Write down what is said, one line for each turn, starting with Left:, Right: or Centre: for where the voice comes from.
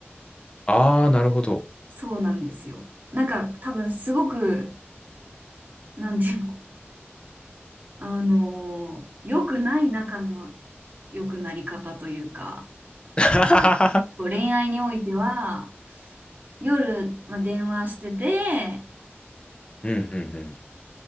Left: ああ、なるほど。
Right: そうなんですよ。なんか多分すごく、なんていうの、あのー良くない仲の良くなり方というか、
Left: <laughs>
Right: 恋愛においては、夜、まあ、電話してて、
Left: うんうん